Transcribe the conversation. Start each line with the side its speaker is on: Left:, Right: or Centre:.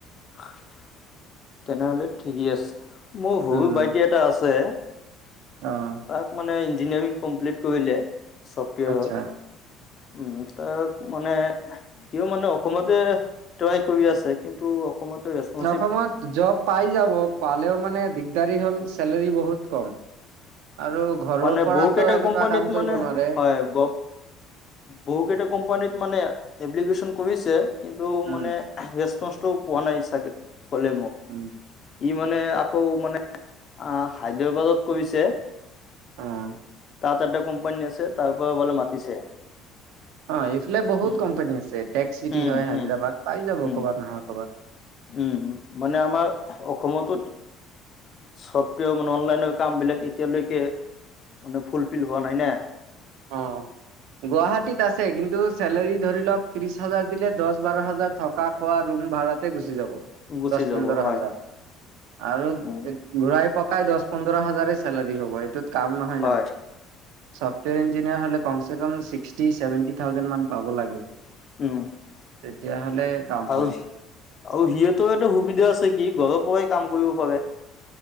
Left: <inaudible> তেনেহ'লে ঠিকেই আছে। মোৰ সুৰু
Right: উম
Left: বাইটি এটা আছে,
Right: অ'
Left: তাক মানে ইঞ্জিনিয়াৰিং কমপ্লিট কৰিলে চফটিয়েৰৰ।
Right: আচ্ছা।
Left: উম, তাক মানে সিও মানে অসমতে ট্ৰাই কৰি আছে, কিন্তু অসমতে ৰেচপঞ্চিব
Right: অসমত জব পাই যাব পালেও মানে দিগদাৰী হ'ল চেলেৰী বহুত কম, আৰু ঘৰৰ
Left: মানে
Right: পৰাতো
Left: বহু কেইটা
Right: এনেকুৱা
Left: কোম্পানীত
Right: কাম কৰিব
Left: মানে
Right: নোৱাৰে
Left: হয়, গব বহু কেইটা কোম্পানীত মানে এপলিকেশন কৰিছে, কিন্তু
Right: উম
Left: মানে ৰেচপঞ্চটো পোৱা নাই চাগে, কলে মোক।
Right: উম।
Left: ই মানে আকৌ মানে আ' হায়দাবাদত কৰিছে।
Right: আ,
Left: তাত এটা কোম্পানী আছে, তাৰ পৰা বলে মাতিছে।
Right: অ' এইফালে বহুত
Left: উম
Right: কোম্পানী আছে। টেক্স চিটি
Left: হম
Right: হয় হায়দৰাবাদ
Left: হম
Right: পাই যাব
Left: উম
Right: ক'ৰবাত নহয় ক'ৰবাত।
Left: উম মানে আমাৰ অসমটো <unintelligible> মানে অনলাইনৰ কাম বিলাক এতিয়ালৈকে মানে ফুলফিল হোৱা নাই না। <inaudible>
Right: অ', গুৱাহাটীত আছে, কিন্তু চেলাৰী ধৰি লওক ত্ৰিশ হাজাৰ দিলে দহ বাৰ হাজাৰ থকা খোৱা ৰুম ভাড়াতে গুচি যাব
Left: গুচি
Right: দহ-পোন্ধৰ
Left: যাব হয়
Right: হাজাৰ। আৰু
Left: উম
Right: ঘূৰাই পকাই দহ-পোন্ধৰ হাজাৰে চেলাৰী হ'ব, এইটোত কাম নহয়
Left: হয়
Right: না। ছফটৱেৰ ইঞ্জিনিয়াৰ হ'লে কমচে কম ছিক্সটি-ছেভেনটি থাউজেণ্ড মান পাব লাগে। তেতিয়া
Left: উম
Right: হ'লে কাম
Left: আৰু
Right: হয়।
Left: আৰু সিহঁতেও এটা সুবিধা আছে কি? ঘৰৰ পৰাই কাম কৰিব পাৰে।